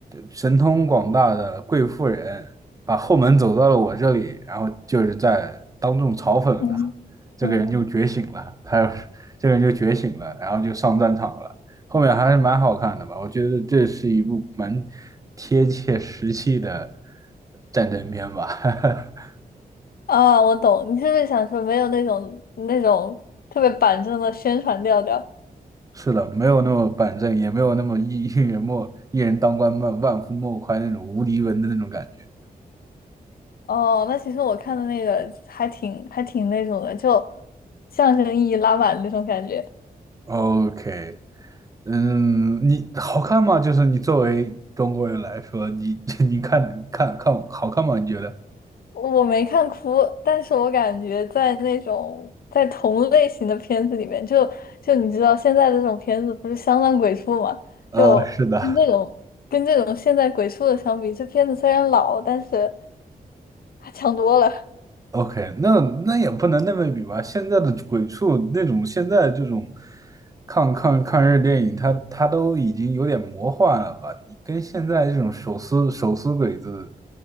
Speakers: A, on the right; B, on the left.
A: 神通广大的贵妇人把后门走到了我这里。”然后就是在当众嘲讽了他。
B: 嗯嗯
A: 这个人就觉醒了，他 <laughs> 这个人就觉醒了，然后就上战场了。后面还是蛮好看的吧？我觉得这是一部蛮贴切实际的战争片吧。<laughs>
B: 啊，我懂，你是不是想说没有那种那种特别板正的宣传调调？
A: 是的，没有那么板正，也没有那么一一人莫一人当官万万夫莫开那种无敌文的那种感觉。
B: 哦，那其实我看的那个还挺还挺那种的，就象征意义拉满那种感觉。
A: OK，嗯，你好看吗？就是你作为中国人来说，你 <laughs> 你看看看好看吗？你觉得？
B: 我没看哭，但是我感觉在那种在同类型的片子里面，就就你知道现在的这种片子不是相当鬼畜嘛？
A: 呃，
B: 就跟这种跟这种现在鬼畜的相比，
A: 是的。
B: 这片子虽然老，但是还强多了。
A: OK，那那也不能那么比吧。现在的鬼畜那种，现在这种抗抗抗日电影，它它都已经有点魔幻了吧？你跟现在这种手撕手撕鬼子，